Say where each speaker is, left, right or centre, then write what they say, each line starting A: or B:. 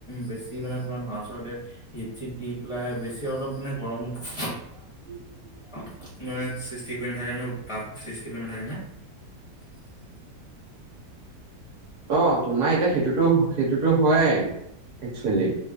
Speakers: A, on the left (about 20°); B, on the right (about 70°).
A: বেছি মানে, তোমাৰ ধোৱা চোৱা উলিয়াই। হিট চট দি পেলাই, বেছি অলপ মানে, গৰমত
B: <unintelligible>
A: অ আমাৰ ইয়াত সৃষ্টি কৰি নাথাকে নে উত্তপ সৃষ্টি কৰি নাথাকে নে। <unintelligible>
B: অ', তোমাৰ এতিয়া সেইটোতো সেইটোতো হয়েই একচুৱেলি
A: উম